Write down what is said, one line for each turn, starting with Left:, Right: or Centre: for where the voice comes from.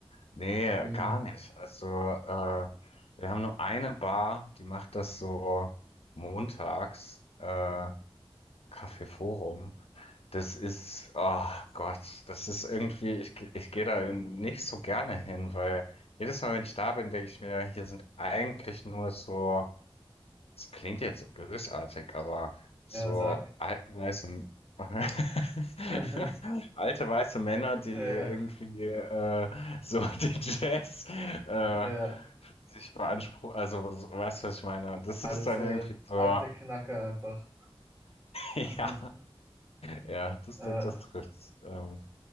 Left: nee,
Right: Mhm.
Left: gar nicht. Also, äh, wir haben nur eine Bar, die macht das so montags, äh, Café Forum. Das ist, oh Gott, das ist irgendwie, ich, ge- ich gehe da nicht so gerne hin, weil jedes Mal, wenn ich da bin, denke ich mir, hier sind eigentlich nur so, es klingt jetzt so bösartig, aber so
Right: Ja, sag.
Left: alte weiße, <laughs>
Right: <laughs>
Left: alte weiße Männer, die
Right: Äh,
Left: irgendwie äh, so <laughs> den Jazz äh,
Right: äh,
Left: sich beanspruchen, also weißt du, was ich meine? Das
Right: alte,
Left: ist dann irgendwie so.
Right: alte Knacker einfach.
Left: <laughs>
Right: <laughs>
Left: Ja, ja, das,
Right: Äh,
Left: das trifft's ähm,